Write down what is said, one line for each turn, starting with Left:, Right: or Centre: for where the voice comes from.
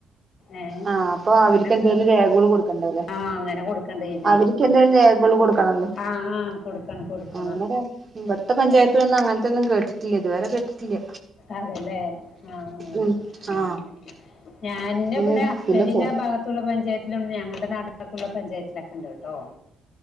Left: ഏഹ്
Right: ആ അപ്പൊ
Left: <inaudible>
Right: അവർക്ക് എന്തേലും രേഖകൾ കൊടുക്കണ്ടാവല്ലേ
Left: ആഹ് ആങ്ങനെ കൊടുക്കണ്ടേരു
Right: അവർക്ക് എന്തേലും രേഖകൾ കൊടുക്കണല്ലോ
Left: ആഹ് ആഹ് കൊടുക്കണം കൊടുക്കണം
Right: ഞങ്ങടെ ഇവിടുത്തെ പഞ്ചായത്തിലൊന്നും അങ്ങനത്തെന്നും കേട്ടിട്ടില്ല ഇതുവരെ കേട്ടിട്ടില്ല
Left: അതല്ലേ ആഹ് ആഹ്
Right: ഉം ആ
Left: അങ്ങനെ ഞാൻന്റെ
Right: പിന്നെ
Left: ഇവിടെ ഹസ്ബൻറിന്റെ
Right: പിന്നെ പോ
Left: ഭാഗത്തുള്ള പഞ്ചായത്തിലുണ്ട് ഞങ്ങളടെ നാലുള്ള പഞ്ചായത്തിലൊക്കെ ഉണ്ടവിടെ ട്ടൊ